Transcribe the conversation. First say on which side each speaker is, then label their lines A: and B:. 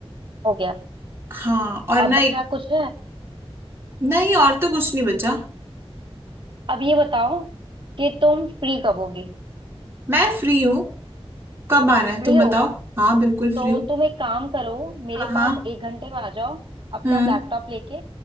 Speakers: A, on the right; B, on the right.
A: हो गया
B: हाँ और
A: अब
B: ना
A: बचा
B: एक
A: कुछ है
B: नहीं और तो कुछ नहीं बचा
A: अब ये बताओ कि तुम फ्री कब होगे
B: मैं फ्री हूँ कब आना है
A: फ्री
B: तुम
A: हो
B: बताओ हाँ बिल्कुल
A: तो
B: फ्री हूँ
A: तुम एक काम करो मेरे
B: हाँ हाँ
A: पास एक घंटे में आ जाओ अपना
B: हम्म
A: लैपटॉप लेके